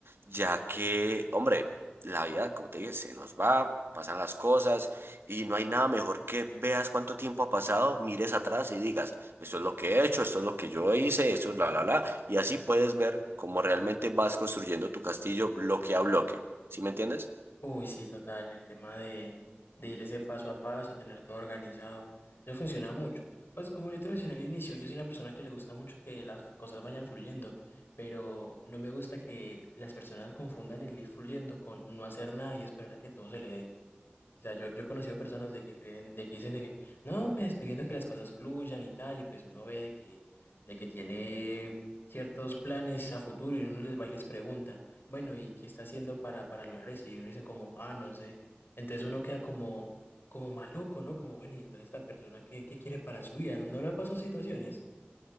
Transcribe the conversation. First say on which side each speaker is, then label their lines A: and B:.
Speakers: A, on the right (about 70°); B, on the left (about 60°).
A: ya que, hombre, la vida, como te dije, se nos va. pasan las cosas y no hay nada mejor que veas cuánto tiempo ha pasado, mires atrás y digas, esto es lo que he hecho, esto es lo que yo hice, esto es la la la Y así puedes ver cómo realmente vas construyendo tu castillo bloque a bloque. ¿Sí me entiendes?
B: Uy, sí, total, el tema de, de ir ese paso a paso, tener todo organizado, eso funciona mucho. Pues como yo te mencioné al inicio, yo soy una persona que le gusta mucho que las cosas vayan fluyendo, pero no me gusta que las personas confundan el ir fluyendo con no hacer nada y esperar a que todo se le dé. O sea, yo, yo he conocido personas de que creen, de que dicen de que, no, pues estoy viendo que las cosas fluyan y tal, y pues uno ve de que, de que tiene ciertos planes a futuro y uno les va y les pregunta, bueno, ¿y qué está haciendo para, para lograr eso? Y uno dicen como, ah, no sé. Entonces uno queda como, como maluco, ¿no? Como, bueno, y entonces esta persona, ¿qué, qué quiere para su vida? ¿No le ha pasado situaciones?